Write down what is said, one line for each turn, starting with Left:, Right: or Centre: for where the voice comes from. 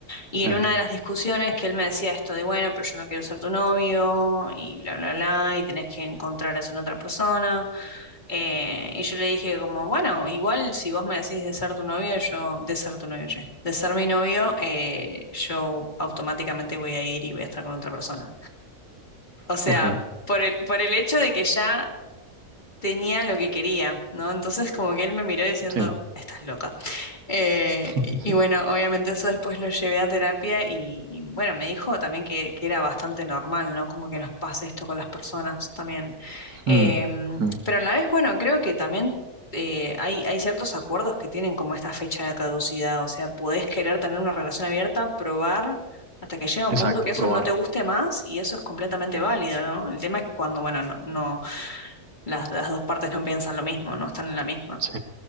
Left: Y
Right: sí,
Left: en una de las discusiones que él me decía esto de, bueno, pero yo no quiero ser tu novio y bla, bla, bla, y tenés que encontrar eso en otra persona. Eh, y yo le dije como, bueno, igual si vos me decís de ser tu novio, yo, de ser tu novio, che, de ser mi novio, eh, yo automáticamente voy a ir y voy a estar con otra persona. O sea...
Right: ok,
Left: Por el, por el hecho de que ya tenía lo que quería, ¿no? Entonces como que él me miró diciendo,
Right: sí.
Left: estás loca. Eh,
Right: <laughs>
Left: y y bueno, obviamente eso después lo llevé a terapia y, y bueno, me dijo también que, que era bastante normal, ¿no? Como que nos pase esto con las personas también. Em,
Right: Mm, mm.
Left: pero a la vez, bueno, creo que también... eh, hay, hay ciertos acuerdos que tienen como esta fecha de caducidad, o sea, podés querer tener una relación abierta, probar hasta que llega un
Right: Exacto,
Left: punto que eso
Right: probar.
Left: no te guste más y eso es completamente válido, ¿no? El tema es que cuando, bueno, no, no las, las dos partes no piensan lo mismo, no están en la misma.
Right: Sí,